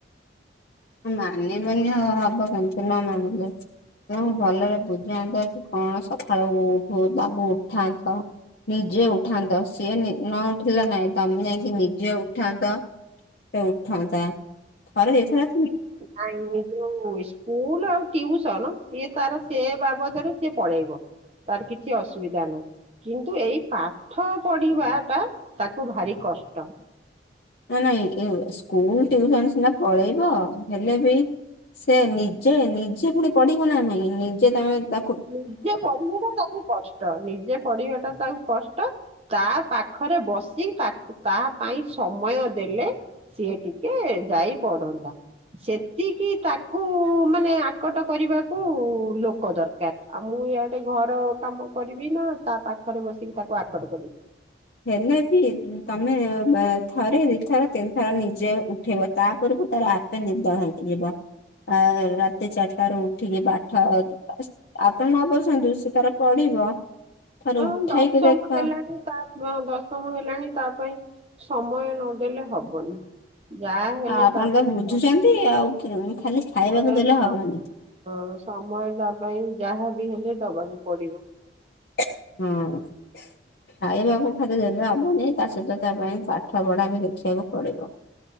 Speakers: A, on the left (about 55°); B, on the right (about 35°).
A: ମାନିବେନି ଆଉ ହବ କେମିତି ନ ମାନିଲେ। ତ ଭଲରେ ବୁଝାନ୍ତ କି କଣ ସକାଳୁ ଉଠୁ ତାଙ୍କୁ ଉଠାନ୍ତ। ନିଜେ ଉଠାନ୍ତ ସିଏ ନ ଉଠିଲ ନାଇଁ ତମେ ଯାଇଁକି ନିଜେ ଉଠାନ୍ତ। ସେ ଉଠନ୍ତା ଥରେ ଏଥର।
B: ଜାଣିନି। ଯୋଉ ସ୍କୁଲ ଆଉ ଟିୟୁସନ ସିଏ ତାର ସେ ବାବଦରେ ସିଏ ପଳେଇବ। ତାର କିଛି ଅସୁବିଧା ନାହିଁ। କିନ୍ତୁ ଏଇ ପାଠ ପଢିବା ଟା ତାକୁ ଭାରି କଷ୍ଟ।
A: ନା ନାଇଁ ସ୍କୁଲ ଟୁୟୁସନ ସିନା ପଳେଇବ ହେଲେ ବି ସେ ନିଜେ ନିଜେ ପୁଣି ପଢିବ ନା ନହିଁ ନିଜେ ତମେ ତ
B: ନିଜେ ପଢିବାଟା ତାକୁ କଷ୍ଟ ନିଜେ ପଢିବା ଟା ତାକୁ କଷ୍ଟ। ତା ପାଖରେ ବସି ତା ତା ପାଇଁ ସମୟ ଦେଲେ ସିଏ ଟିକେ ଯାଇ ପଢନ୍ତା। ସେତିକି ତାକୁ ମାନେ ଆକଟ କରିବାକୁ ଲୋକ ଦର କାର ଆଉ ମୁଁ ଇଆଡେ ଘର କାମ କରିବି ନା ତା ପାଖରେ ବସିକି ତାକୁ ଆକଟ କରିବି।
A: ହେଲେ ବି ତମେ ଥରେ ଦିଥର ତିନିଥର ନିଜେ ଉଠେଇବ ତାପରେକୁ ତାର ଆ ନିଦ ଭାଙ୍ଗିଯିବ ଆ ରାତି ଚାରିଟାରୁ ଉଠିକି ପାଠ ଆପଣ ନ ବସନ୍ତୁ ସେ ତାର ପଢ଼ିବ ଥର
B: ଅ
A: ଉଠାଇକି
B: ଦଶମ
A: ଦେଖ।
B: ହେଲାଣି ତା ଦଶମ ହେଲାଣି ତା ପାଇଁ ସମୟ ନଦେଲେ ହବନି। ଯାହା ହେଲେ
A: ଆ ଆପଣ
B: ତା
A: ତ
B: ପାଇଁ
A: ବୁଝୁଛନ୍ତି
B: ସମୟ
A: ଆଉ ଖାଲି ଖାଇବାକୁ
B: ସମୟ
A: ଦେଲେ
B: ନ
A: ହବନି।
B: ହଁ ସମୟ ତା ପାଇଁ ଯାହାବି ହେଲେ ଦବାକୁ ପଡିବ।
A: ହୁଁ। ଖାଇବାକୁ ଖାଲି ଦେଲେ ହବନି ତା ସହିତ ତା ପାଇଁ ପାଠ ପଢା ବି ଦେଖିବାକୁ ପଡିବ।